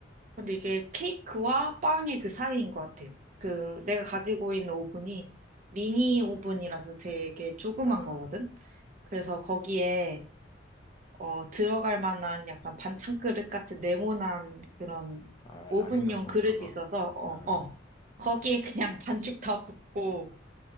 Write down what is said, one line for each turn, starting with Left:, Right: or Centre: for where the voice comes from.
Right: 근데 이게 케이크와 빵의 그 사이인 것 같아. 그, 내가
Left: 어.
Right: 가지고 있는 오븐이 미니 오븐이라서 되게 조그만
Left: 아,
Right: 거거든? 그래서 거기에, 어, 들어갈 만한 약간 반찬 그릇 같은 네모난 그런
Left: 아,
Right: 오븐용
Left: 라겐나통
Right: 그릇이
Left: 그런 거?
Right: 있어서, 어,
Left: 음,
Right: 어. 거기에 그냥 <laughs> 반죽 다 붓고,